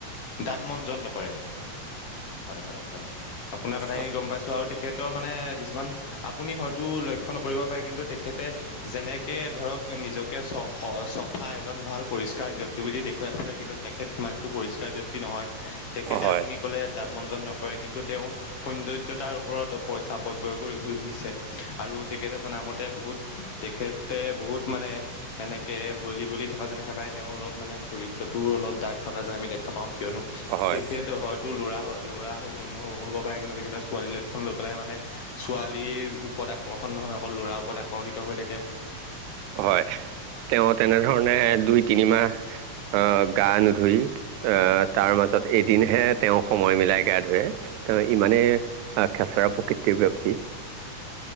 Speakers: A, on the left (about 55°); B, on the right (about 80°).
A: দাঁত মনজন নকৰে হয় হয় হয় আপোনাৰ কথাখিনি
B: অ,
A: গম পাইছো আৰু তেখেত মানে কিছুমান আপুনি হয়তো লক্ষ্য নকৰি পাৰে কিন্তু তেখেতে যেনেকে ধৰক নিজক চফা এজন ভাল পৰিষ্কাৰ ব্যক্তি বুলি দেখুৱাই ফুৰে কিন্তু তেখেত কিমানতটো পৰিষ্কাৰ ব্যয়ক্তি নহয় তেখেতে
B: হয়
A: আপুনি ক'লে মনজন নকৰে কিন্তু তেওঁ সৌন্দৰ্যতাৰ ওপৰত পইচা প্ৰব্য় কৰি ঘুৰি ফুৰিছে আৰু তেখেততে জনামতে বহুত তেখেত বহুত মানে এনেকে হলী গলি থকা যেনেকা পায় তেওঁ অলপ মানে চৰিত্ৰতও অলপ ডাৰ্ক থকা যেন আমি দেখা পাওঁ কিয়নো
B: হয়
A: তেখেত হয়তো লৰা লৰা জন্ম হ হ'ব পাৰে কিন্তু তেখেততে ছোৱালীৰ লক্ষণ লৈ পেলাই মানে ছোৱালীৰ ওপৰত আকৰ্ষণ নহয় অকল ল'ৰা ওপৰত আকৰ্ষিত হৈ থাকে
B: হয় তেওঁ তেনেধৰণে দুই তিনিমাহ গা নুধুই আহ তাৰ মাজত এদিনহে তেওঁ সময় মিলাই গা ধুৱে ইমানে আহ খেচৰা প্ৰকৃতিৰ ব্যক্তি
A: উ